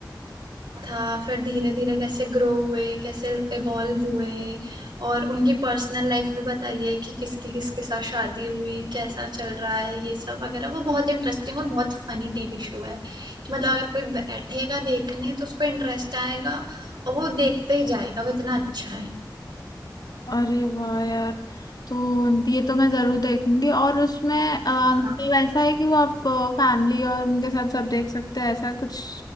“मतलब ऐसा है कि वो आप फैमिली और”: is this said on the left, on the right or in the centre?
Left